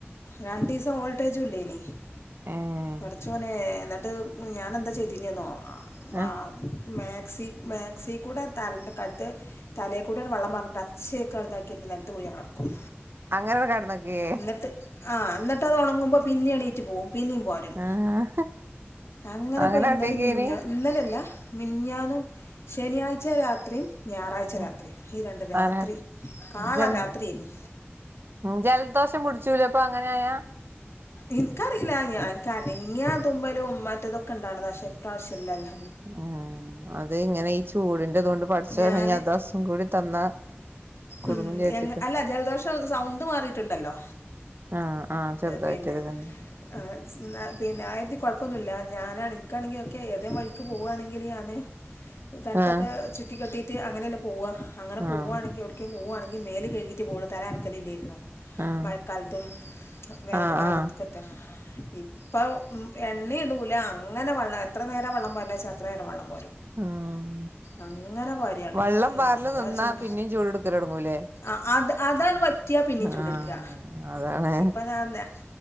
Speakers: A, on the left (about 75°); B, on the right (about 55°).
A: രണ്ടീസം ഓൾട്ടേജും ഇല്ലേനി
B: ഏഹ്
A: പഠച്ചോനെ എന്നട്ട് ത് ഞാനന്താ ചെയ്തിനെന്നോ വ
B: ആഹ്
A: മാക്സി മാക്സികൂടെ കരണ്ട് കട്ട് തലേ കൂടെ വെള്ളംപാർന്നിട്ടാ ശ <unintelligible> കറുതാക്കിരുന്നു നലത്ത് പോയാ കടക്കും
B: അങ്ങനെ കെടന്നക്കേ
A: ഇന്നട്ട് ആ ഇന്നട്ട് അത് ഉണങ്ങുമ്പോ പിന്നിണീറ്റ് പോകും പിന്നിം പാരും
B: ആഹ്
A: അങ്ങനെപ്പോ
B: അങ്ങനാട്ടേക്കേനി
A: ഇന്നലിം മിനിഞ്ഞാ ഇന്നലല്ല മിഞ്ഞാന്നും ശനിയാഴ്ച രാത്രി ഞായറാഴ്ച
B: ഉം
A: രാത്രി ഈ രണ്ട് രാത്രി
B: അങ്ങനെ
A: കാള
B: ജൽ
A: രാത്രിയനി
B: ജലദോഷം പിടിച്ചൂലേ അപ്പൊ അങ്ങനായാ
A: ഇനിക്കറീല്ല ആ ഇനിക്ക്‌ അനങ്ങിയാ തുമ്പലും ഉം മറ്റതൊക്കെ ഇണ്ടാണത ക്ഷേ ഇപ്രാവശ്യലല്ലോ
B: അഹ അത് ഇങ്ങനെ ഈ ചൂടിന്റെതുകൊണ്ട് പഠിച്ചോ
A: ഞാന്
B: പറ അദസും കൂടി തന്നാ കുടുങ്ങും
A: ഉം
B: വിചാരിച്ചിട്ട്
A: അല്ല ജലദോഷം സൗണ്ട് മാറിട്ടുണ്ടല്ലോ
B: ആഹ് ആഹ് ചെറുതായിട്ടൊരു
A: പിന്നെ
B: ഇതുണ്ട്
A: എ ന്ന പിന്നെ ആയരത്തി കുഴപ്പമൊന്നുമില്ല ഞാന ഇൻക്കാണെങ്കിൽ ഒക്കെ ഏതേ വഴിക്ക് പോവുകവാണെങ്കിൽ ഞാാന് തട്ടൊക്കെ
B: ആഹ്
A: ചുറ്റിക്കെട്ടി തി അങ്ങനെ തന്നെ പോവാ അങ്ങനെ പോവാണെങ്കിൽ
B: ആഹ്
A: ഔ പോവാണെങ്കിൽ മേല് കഴികിട്ടെ പോവള്ളൂ തലനക്കലില്ലല്ലായിരുന്നു
B: ആഹ്
A: മഴക്കാലത്തും വേനല്
B: ആഹ്
A: ആദ്യത്തക്കത്ത
B: ആഹ്
A: ഇപ്പം എണ്ണി ഇടൂല ഇങ്ങനെ വള്ളേ എത്ര നേരം വെള്ളം പാര്നെ വച്ചൽ എത്ര നേരം വെള്ളം
B: ഉം
A: അങ്ങനെ പാരാണ്
B: വള്ളം പാറല്
A: എന്താ
B: നിന്നാ
A: ചൂട്
B: പിന്നിം ചൂടെടുക്കലൊടങ്ങൂലേ
A: ആ അത് അതാണ് പറ്റിയ പിന്നെയും
B: ആഹ്
A: ചൂട്ട്ട്ട്ക
B: അതാണ്
A: ഇപ്പ ഞ ന